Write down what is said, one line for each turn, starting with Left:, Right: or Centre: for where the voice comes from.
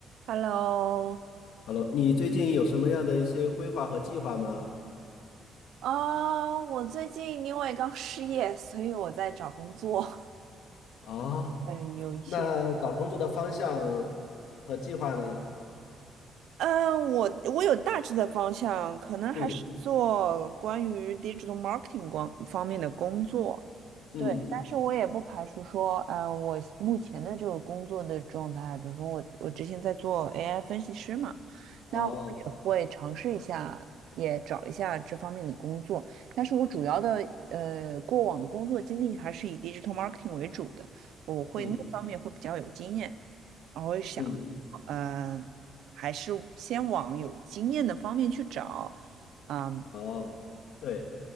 Right: Hello，
Left: Hello，你最近有什么样的一些规划和计划吗？
Right: 啊我最近因为刚失业，所以我在找工作。
Left: 哦，
Right: <laughs> 呃，有一些，
Left: 那找工作的方向和计划呢？
Right: 嗯，我我有大致的方向，可能还是做关于
Left: 嗯
Right: digital marketing 光方面的工作。
Left: 嗯，
Right: 对，但是我也不排除说，呃，我目前的这个工作的状态，比如说我我之前在做 AI 分析师嘛，
Left: 哦，
Right: 那我也会尝试一下，也找一下这方面的工作。但是我主要的呃过往的工作经历还是以 digital marketing 为主的，我会那方面会比较有经验，
Left: 嗯
Right: 然后想，
Left: 嗯，
Right: 嗯、还是先往有经验的方面去找，嗯、
Left: 哦，对，